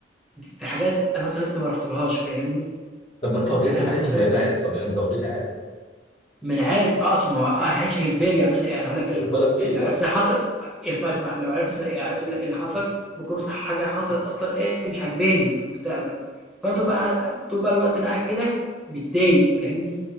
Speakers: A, in the centre; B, on the left.
A: في حاجات أنا أصلًا لسه ما رُحتلهاش فاهمني،
B: طب ما انت اوريدي
A: يعني
B: عارف
A: ممكن مثلًا
B: انت ايه اللي هيحصل يعني انت اوريدي عارف
A: ما أنا عارف آه، أقصد ما هو هاشغل بالي يعني مثلًا يعني هاقول لك كلمة،
B: مش بالك بايه
A: يعني لو
B: بقى
A: عرفت اللي حصل
B: يلا.
A: إيه، اسمع، اسمع، لو عرفت مثلًا يعني عرفت ال اللي حصل ممكن مثلًا حاجة حصلت أصلًا إيه مش عاجباني في المستقبل، فأنا طول بقى قاع طول بقى الوقت أنا قاعد كده متضايق فاهمني،